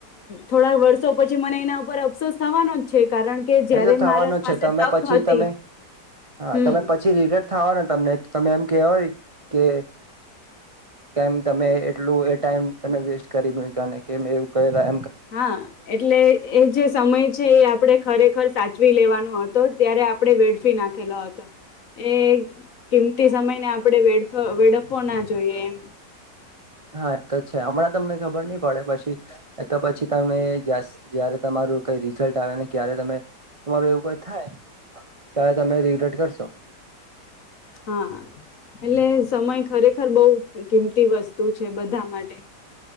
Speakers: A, on the left; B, on the right.
A: થોડા વર્ષો પછી મને એના ઉપર અફસોસ થવાનો જ છે કારણ કે જયારે
B: એ તો થવાનો
A: મારા પાસે
B: છે તમે
A: તક
B: પછી
A: હતી
B: તમે હા
A: હમ
B: તમે પછી રિગ્રેટ થ ને તમને તમે એમ કેવાય કે કેમ તમે એટલું એ ટાઈમ તમે વેસ્ટ કરી ન કે એવું કયરા
A: હા એટલે એ જે સમય છે એ આપડે ખરેખર સાચ ચવી લેવાનો હતો ત્યારે આપણેે વેડફી નાખેલો હતો એ કિંમ તે સમય ને વેડફ આપડણેે વેડફવો ના જોઈએ એમ.
B: હા એ તો છે હમણાં તમને ખબર નહી પડે પછી તો પછી તમે જયારે તમા કઈ રિઝલ્ટ આવેને ક્યારે તમે તમારું એવું કઈ થાય ત્યારે તમે રિગ્રેટ કરશો.
A: હા એટલે સમય ખરેખર બહુ કિંમતી વસ્તુ છે બધા માટે.